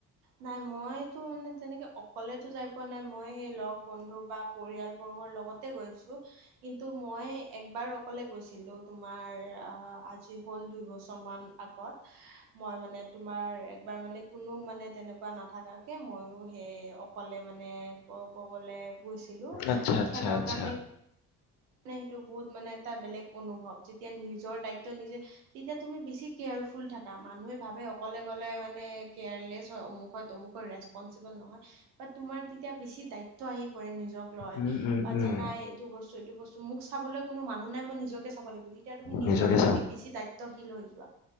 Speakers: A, on the right; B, on the left.
A: নাই মইতো মানে তেনেকে অকলেতো যাই পোৱা নাই মই লগ বন্ধু বা। পৰিয়ালবৰ্গৰ লগতে গৈছো। কিন্তু মই একবাৰ অকলে গৈছিলো তোমাৰ আজি হ'ল দুইবছৰ মান। আগত মই মানে তোমাৰ একবাৰ মানে কোনো মানে। তেনেকুৱা নাথাকাকে ময়ো সেই অকলে মানে ক'ব গ'লে। গৈছিলো
B: আচ্ছা আচ্ছা
A: খেলৰ
B: আচ্ছা
A: কাৰণে। মানে সেইটো বহুত মানে এটা বেলেগ অনুভৱ যেতিয়া নিজৰ দায়িত্ব নিজে। তেতিয়া তুমি বেছি কেয়াৰফুল থাকা মানুহে ভাবে অকলে গলে মানে কেয়াৰলেছ হয় অমুখত। তমুকো ৰেচপনচিবল নহয় বা তোমাৰ তেতিয়া বেছি দায়িত্ব আহি পৰে নিজক লয়।
B: উম উম
A: বা
B: উম
A: যে নাই এইটো বস্তু এইটো বস্তু মোক চাবলৈ কোনো মানুহ নাই মই নিজকে চাব লাগিব। তেতিয়া তুমি নিজৰ
B: নিজকে
A: প্ৰতি বেছি দায়িত্বশীল হৈ যোৱা।